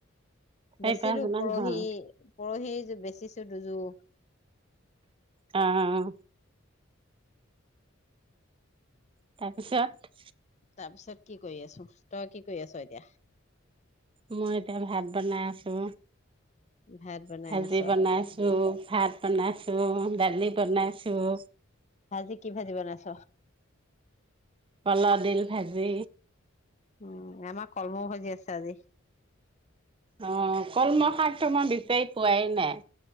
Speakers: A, on the left; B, on the right.
A: বেচিলো
B: এইবাৰ কিমান
A: পৰহি
B: হ'ল
A: পৰহিৰ বেচিছো দুযোৰ।
B: অ'। তাৰপিছত?
A: তাৰপিছত কি কৰি আছো তই কি কৰি আছ এতিয়া?
B: মই এতিয়া ভাত বনাই আছো।
A: ভাত বনাই
B: ভাজি
A: আছ
B: বনাইছো, ভাত বনাইছো। দালি বনাইছোঁ।
A: ভাজি কি ভাজি বনাইছ?
B: কলৰ দিল ভাজি।
A: উম আমাৰ কলমৌ ভাজি আছে আজি।
B: অ' কলমৌ শাকতো মই বিচাৰি পোৱাই নাই